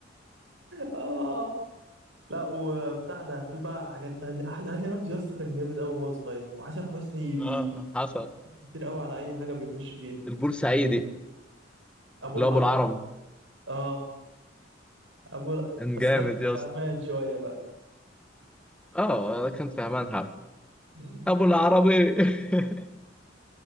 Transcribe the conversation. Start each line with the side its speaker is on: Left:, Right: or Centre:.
Right: اه لا وبتاع ده في بقى حاجات تانية أح- هاني رمزي يا اسطى كان جامد قوي وهو صغير وحسن حسني بي-
Centre: اه حصل
Right: كتير قوي على اي حاجه بيخش فيها
Centre: البورسعيدي
Right: ابو
Centre: اللي
Right: العرب
Centre: هو ابو العربي
Right: اه ابو الع-
Centre: كان
Right: بس
Centre: جامد
Right: ده كان
Centre: يا
Right: فهمان
Centre: اسطى
Right: شويه بقى
Centre: اه كان في امان حب
Right: مم.
Centre: ابو العربي <laughs>